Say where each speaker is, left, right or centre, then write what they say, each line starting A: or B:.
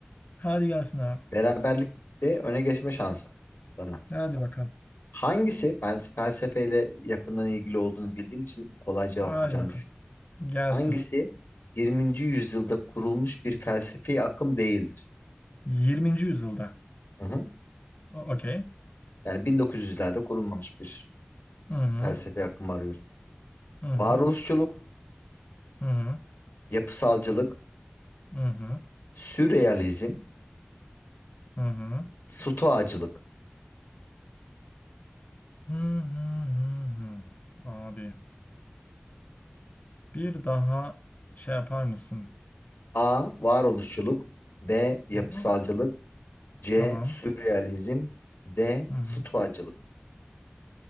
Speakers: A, on the left (about 45°); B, on the left (about 80°).
A: Hadi gelsin abi.
B: Beraberlikte öne geçme şansı sana.
A: Hadi bakalım.
B: Hangisi, ben felsefeyle yakından ilgili olduğunu bildiğim için kolay cevaplayacağını
A: Hadi bakalım.
B: düşünüyorum.
A: Gelsin.
B: Hangisi 20. yüzyılda kurulmuş bir felsefi akım değildir?
A: 20. yüzyılda.
B: Hı hı.
A: O- Okey.
B: Yani 1900'lerde kurulmamış bir
A: Hı hı.
B: felsefi akım arıyoruz.
A: Hı hı.
B: Varoluşçuluk,
A: Hı hı.
B: yapısalcılık,
A: Hı hı.
B: sürrealizm,
A: Hı hı.
B: stoacılık.
A: Hı hı hı hı. Abi bir daha şey yapar mısın?
B: A. Varoluşçuluk B. Yapısalcılık
A: Bu-
B: C.
A: Tamam.
B: Sürrealizm D.
A: Hı hı.
B: Stoacılık.